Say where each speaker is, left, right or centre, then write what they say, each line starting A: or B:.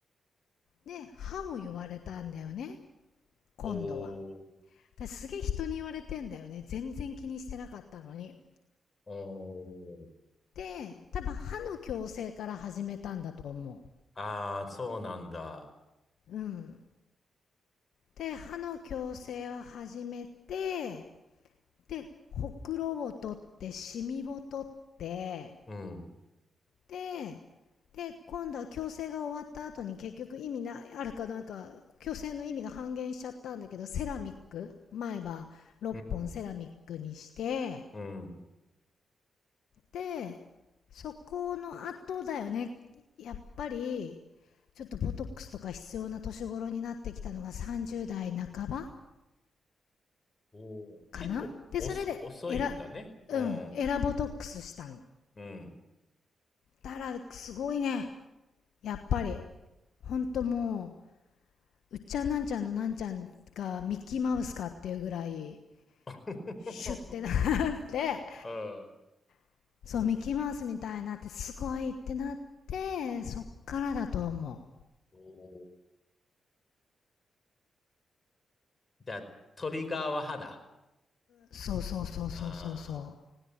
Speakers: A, on the left; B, on the left.
A: で歯も言われたんだよね今度は
B: おー。
A: 私すげえ人に言われてんだよね全然気にしてなかったのに
B: おー。
A: で多分歯の矯正から始めたんだと思
B: ああ、そうなんだ。
A: ううんで歯の矯正を始めてでほくろを取ってシミを取って
B: うん。
A: で、で、今度は矯正が終わった後に結局意味な、あるかなんか、矯正の意味が半減しちゃったんだけど、セラミック、前歯6本セラミックにして、
B: うん。うん。
A: で、そこの後だよね。やっぱり、ちょっとボトックスとか必要な年頃になってきたのが30代半ば
B: おー。
A: かなで、
B: 結構おそ、
A: それで、
B: 遅いんだね。
A: エラ、うん、
B: うん。
A: エラボトックスしたの。
B: うん。
A: だから、すごいね。やっぱり。ほんともう、うっちゃんなんちゃんのなんちゃんがミッキーマウスかっていうぐらい、
B: <laughs>
A: シュッてなって、
B: うん。
A: <laughs> そう、ミッキーマウスみたいになって、すごいってなって、そっからだと思
B: おー。じゃあ、トリガーは歯だ。
A: う。そうそうそうそうそうそ
B: ああ、